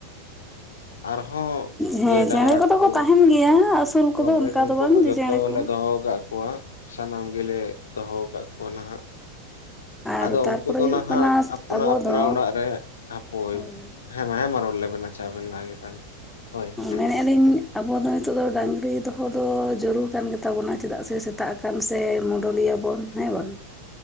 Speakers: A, on the left; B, in the centre.
A: ᱟᱨᱦᱚᱸ
B: ᱦᱮᱸ
A: ᱜᱟᱹᱭ ᱰᱟᱝᱨᱟ
B: ᱪᱮᱬᱮ ᱠᱚᱫᱚ
A: ᱠᱚ
B: ᱛᱟᱦᱮᱱ ᱜᱮᱭᱟ ᱟᱹᱥᱩᱞ
A: ᱛᱟᱦᱚᱞᱮ
B: ᱠᱚᱫᱚ ᱚᱱᱠᱟ
A: ᱩᱱᱠᱩ
B: ᱫᱚ ᱵᱟᱝ
A: ᱠᱚ
B: ᱡᱮ
A: ᱡᱷᱚᱛᱚ
B: ᱪᱮᱬᱮ ᱠᱚ
A: ᱞᱮ ᱫᱚᱦᱚᱠᱟᱫ ᱠᱚᱣᱟ ᱥᱟᱱᱟᱢ ᱜᱮᱞᱮ ᱫᱚᱦᱚ ᱟᱠᱟᱫ ᱠᱚᱣᱟ ᱱᱟᱦᱟᱜ
B: ᱟᱨ
A: ᱟᱫᱚ
B: ᱛᱟᱨᱯᱚᱨᱮ
A: ᱩᱱᱠᱩ ᱫᱚ
B: ᱦᱩᱭᱩᱜ
A: ᱱᱟᱦᱟᱜ
B: ᱠᱟᱱᱟ
A: ᱟᱯᱱᱟ
B: ᱟᱵᱚ
A: ᱟᱯᱱᱟ
B: ᱫᱚ
A: ᱚᱲᱟᱜ ᱦᱟᱯᱳᱭ
B: ᱦᱳᱭ
A: ᱦᱮᱸ ᱢᱟ ᱦᱮᱸ ᱢᱟ ᱨᱚᱲ ᱞᱮᱵᱮᱱ ᱟᱪᱷᱟ ᱟᱵᱮᱱ ᱞᱟᱦᱟ ᱜᱮ ᱦᱳᱭ ᱦᱮᱸ
B: ᱢᱮᱱᱮᱫ ᱟᱞᱤᱧ ᱟᱵᱚ ᱫᱚ ᱱᱤᱛᱚᱜ ᱫᱚ ᱰᱟᱹᱝᱨᱤ ᱫᱚᱦᱚ ᱫᱚ ᱡᱟᱹᱨᱩᱲ ᱠᱟᱱ ᱜᱮᱛᱟᱵᱚᱱᱟ ᱪᱮᱫᱟᱜ ᱥᱮ ᱥᱮᱛᱟᱜ ᱟᱠᱟᱱ ᱥᱮ ᱢᱩᱰᱚᱞᱤᱭᱟᱹ ᱵᱚᱱ ᱦᱮᱸᱣᱟᱱ